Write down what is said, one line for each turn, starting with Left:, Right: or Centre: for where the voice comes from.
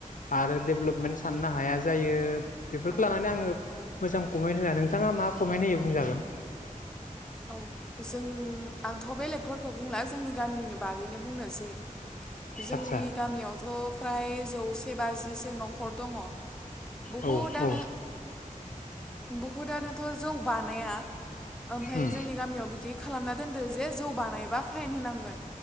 Left: आरो डेभलपमेन्ट साननो हाया जायो। बेफोरखो
Centre: औ
Left: लानानै आङो
Centre: औ
Left: मोजां कमेन्ट होनाया नोंथाङा मा कमेन्ट होयो बुंजागोन।
Centre: औ जों आंथ' बेलेगफोरखौ बुंला जोंनि गामिनिनो बागैनो बुंनोसै। जोंनि
Left: आदसा
Centre: गामियावथ' फ्राय जौसे बाजिसो न'खर दङ। बुहुदानो
Left: औ औ
Centre: बुहुदानोथ' जौ बानाया। ओमफाय
Left: उम
Centre: जोंनि गामियाव बिदि खालामना दोनदो जे जौ बानायबा फाइन होनांगोन।